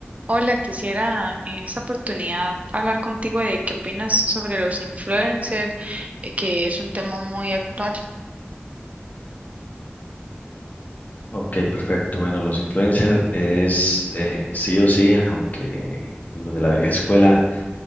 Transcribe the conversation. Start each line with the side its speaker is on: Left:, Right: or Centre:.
Right: Hola, quisiera en esta oportunidad hablar contigo de qué opinas sobre los influencers, eh, que es un tema muy actual.
Left: Ok, perfecto. Bueno, los influencers es eh, sí o sí, aunque los de la vieja escuela